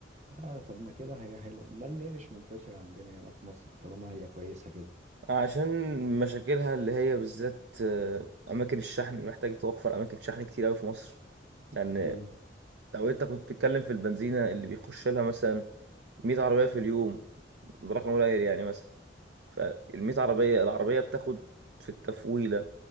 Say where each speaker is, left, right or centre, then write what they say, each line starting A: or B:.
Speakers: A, on the right; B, on the right.
A: اه طب ما كده هي حلوة امال ليه مش منتشرة عندنا هنا في مصر طالما هي كويسة كده
B: عشان مشاكلها اللي هي بالذات آه، أماكن الشحن محتاج توفر أماكن شحن كتير أوي في مصر لأن
A: مم.
B: لو أنت كنت بتتكلم في البنزينة اللي بيخش لها مثلا 100 عربية في اليوم ده رقم قليل يعني مثلا فال 100 عربية العربية بتاخد في التفويلة